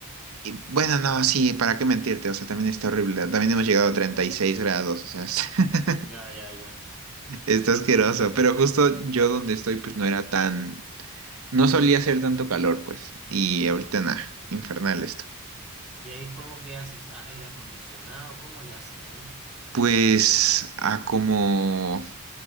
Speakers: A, on the right; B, in the centre.
A: y bueno, no, sí, ¿para qué mentirte? O sea, también está horrible, también hemos llegado a 36 grados, o sea, está, <laughs>
B: ya, ya, ya.
A: está asqueroso, pero justo yo donde estoy, pues no era tan, no solía hacer tanto calor, pues, y ahorita nada, infernal esto.
B: ¿Y ahí cómo que haces? ¿A- ¿Aire acondicionado? ¿Cómo le hacen ahí?
A: Pues a como